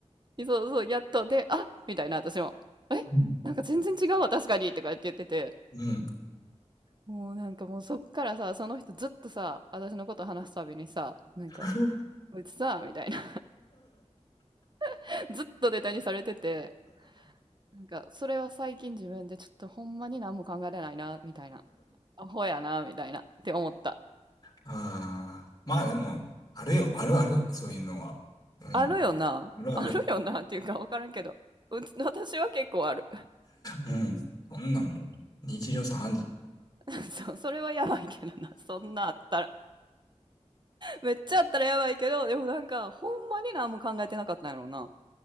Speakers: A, on the right; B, on the left.
A: <laughs> そうそう、やっと、で、あみたいな、私も。えなんか全然違うわ、
B: うん。
A: 確かにとか言って言ってて。
B: うん。
A: もうなんかもうそっからさ、その人ずっとさ、私のこと話すたびにさ、なんか、
B: <laughs>
A: こいつさ、みたいな、<laughs> ずっとネタにされてて、なんか、それは最近自分でちょっとほんまに何も考えれないな、みたいな。アホやな、みたいな、って思った。
B: ああ。まあでも、あるよ。あるある。そういうのは。うん。
A: あるよな。
B: あるある。
A: あるよな、っていうかわからんけど。うち、私は結構ある。
B: うん。そんなんもう、日常茶飯事。
A: <laughs> そう、それはやばいけどな。そんなあったら。めっちゃあったらやばいけど、でもなんか、ほんまに何も考えてなかったんやろうな。